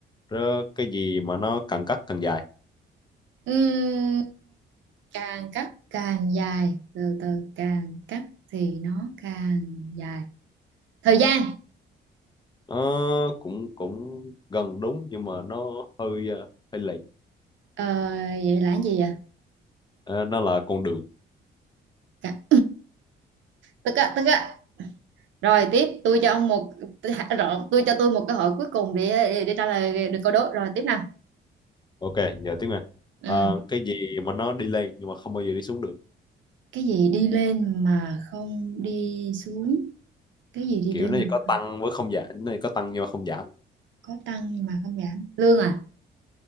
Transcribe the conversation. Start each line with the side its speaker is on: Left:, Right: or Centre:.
Left: Rớ, cái gì mà nó càng cắt càng dài
Right: Ừm, càng cắt càng dài từ từ càng cắt thì nó càng dài thời gian
Left: Ờ, cũng cũng gần đúng nhưng mà nó hơi ờ, hơi lệch
Right: ờ, vậy là cái gì vậy
Left: Ờ, nó là con đường
Right: Cả- tức á tức á rồi tiếp tôi cho ông một <laughs> rồi tôi cho tôi một cơ hội cuối cùng để để trả lời được câu đố rồi tiếp nào
Left: ok giờ tiếng này
Right: ừ.
Left: Ờ, cái gì mà nó đi lên nhưng mà không bao giờ đi xuống được
Right: cái gì đi lên mà không đi xuống cái gì đi
Left: kiểu
Right: lên
Left: nó chỉ
Right: mà
Left: có tăng với không giảm nó chỉ có tăng nhưng mà không giảm
Right: có tăng nhưng mà không giảm lương à